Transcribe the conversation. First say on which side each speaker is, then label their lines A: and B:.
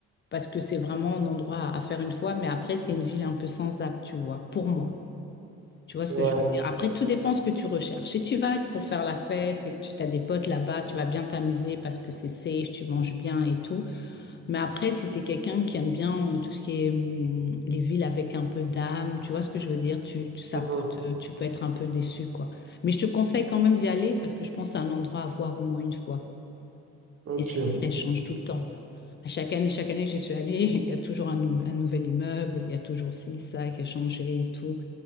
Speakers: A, on the left; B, on the right.
A: parce que c'est vraiment un endroit à faire une fois, mais après, c'est une ville un peu sans âme, tu vois, pour moi. Tu vois ce
B: Ouais.
A: que je veux dire? Après, tout dépend ce que tu recherches. Si tu vas pour faire la fête et que tu as des potes là-bas, tu vas bien t'amuser parce que c'est safe, tu manges bien et tout. Mais après, si t'es quelqu'un qui aime bien euh, tout ce qui est hum, les villes avec un peu d'âme, tu vois ce que je veux dire? Tu, tu- ça
B: Mhm.
A: peut te- tu peux être un peu déçu, quoi. Mais je te conseille quand même d'y aller parce que je pense que c'est un endroit à voir au moins une fois.
B: Ok.
A: Et cette ville, elle change tout le temps. À chaque année, chaque année que j'y suis allée, <laughs> il y a toujours un, nou- un nouvel immeuble, il y a toujours ci, ça qui a changé et tout.